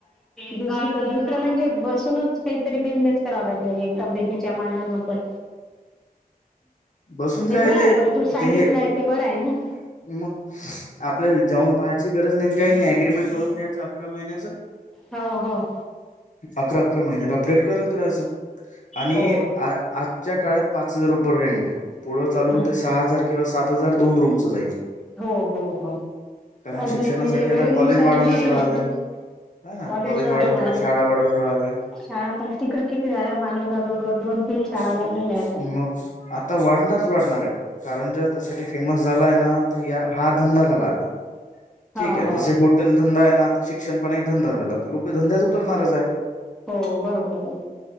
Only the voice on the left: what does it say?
बसून
काय
लई
ते हे
मग. आपल्याला जाऊन पहायची गरज नाही, काही नाही. अग्रीमेंट करून घ्यायचं अकरा महिन्याचं.
अकरा, अकरा महिन्याला अपडेट करत राहायचं. आणि,
आजच्या काळात पाच हजार रुपयर रेंट आहे, पुढं चालून
ते सहा हजार किंवा सात हजार दोन रूमच जाईल.
कारण
शिक्षणासाठी
आता कॉलेज वाढवूनच
राहिलंय
ह ना
वाढत
आहे शाळा वाढवून राहिलय
मग
आता वाढणारच, वाढणार आहे. कारण जसं ते त्यासाठी फेमस झाला आहे ना. ह. हा. धंदा झाला आता,
ठीकेय आहे
जसे हॉटेल धंदा आहे ना, आता शिक्षण पण धंदा झाला, तर लोक धंद्याच उतरणारच आहे.